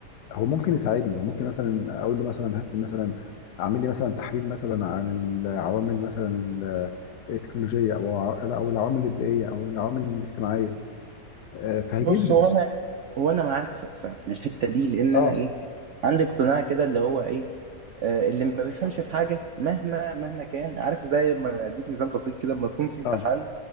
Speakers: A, on the left; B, on the right.
A: هو ممكن يساعدني هو ممكن مثلا اقول له مثلا هات لي مثلا اعمل لي مثلا تحليل مثلا عن العوامل مثلا ال- التكنولوجيه او ع- لا، او العوامل البيئيه او العوامل الاجتماعيه آه، فهيجيب
B: بص
A: لي
B: هو انا هو انا معاك في, في, في الحته دي لان
A: اه
B: انا ايه عندي اقتناع كده اللي هو ايه آه اللي ما بيفهمش في حاجه مهما مهما كان عارف زي ما اديك مثال بسيط كده لما يكون في امتحان
A: اه